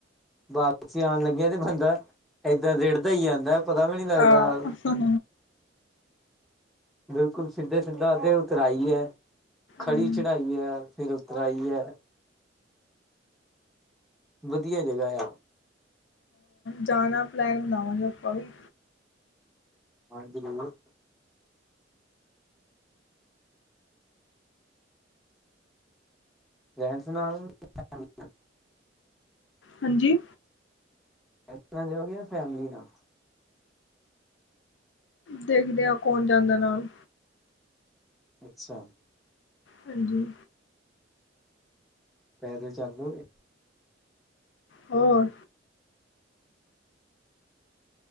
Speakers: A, in the centre; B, on the left.
A: ਵਾਪਸੀ ਆਨ ਲੱਗਿਐਂ ਤੇ ਬੰਦਾ ਏਦਾਂ ਰਿੜਦਾ ਈ ਆਦੈ। ਪਤਾ ਵੀ ਨੀ ਲੱਗਦਾ।
B: ਹਾਂ ਆ ਹੂੰ,
A: ਬਿਲਕੁਲ ਸਿੱਧੇ, ਸਿੱਧਾ ਅੱਗਿਓਂ ਉਤਰਾਈ ਐ। ਖੜੀ
B: ਹਾਂ
A: ਚੜ੍ਹਾਈ ਐ ਫੇਰ ਉਤਰਾਈ ਐ। ਵਧੀਆ ਜਗ੍ਹਾ ਐਆ।
B: ਜਾਨਾ ਪਲੈਨ ਬਨਾਵਾਂਗੇ ਆਪਾਂ ਵੀ।
A: ਹਾਂਜੀ <unintelligible> ਫਰੈਂਡਸ ਨਾਲ <unintelligible>
B: ਹਾਂਜੀ।
A: ਫਰੈਂਡਸ ਨਾਲ ਜਾਓਗੇ ਯਾਂ ਫੈਮਲੀ ਨਾਲ?
B: ਦੇਖਦੇ ਆਂ ਕੌਣ ਜਾਂਦਾ ਨਾਲ,
A: ਅੱਛਾ
B: ਹਾਂਜੀ
A: ਪੈਦਲ ਚੱਲ ਲੋਗੇ
B: ਹੋਰ